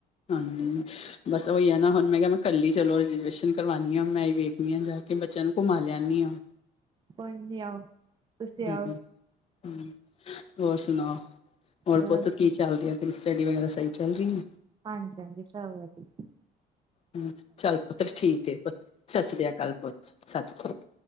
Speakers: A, on the left; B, on the right.
A: ਹਾਂਜੀ। ਬਸ ਉਹੀ ਆ ਨਾ ਹੁਣ ਮੈਂ ਕਿਹਾ ਮੈਂ ਕੱਲੀ ਚਲੋ ਰਜਰਵੇਸ਼ਨ ਕਰਵਾਉਂਣੀ ਹਾਂ ਮੈਂ ਹੀ ਵੇਖਦੀ ਹਾਂ ਜਾ ਕੇ ਬੱਚਿਆਂ ਨੂੰ ਘੁੰਮਾ ਲਿਆਉਦੀ ਹਾਂ
B: ਕੋਈ ਨ ਆਓ ਤੁਸੀਂ
A: ਹੂੰ
B: ਆਓ
A: -ਹੂੰ, ਹੋਰ ਸੁਣਾਓ, ਹੋਰ
B: ਬਸ
A: ਪੁੱਤ ਕੀ ਚੱਲ ਰਿਹਾ ਤੇਰੀ ਸਟੱਡੀ ਵਗੈਰਾ ਸਹੀ ਚੱਲ ਰਹੀ ਐ?
B: ਹਾਂਜੀ- ਹਾਂਜੀ ਸਭ ਵਧੀਆ
A: ਹਮ ਚੱਲ ਪੁੱਤਰ ਠੀਕ ਏ, ਪੁਤ ਸਤਿ ਸ੍ਰੀ ਅਕਾਲ, ਪੁਤ ਸਤਿ ਸ੍ਰੀ ਅਕਾਲ।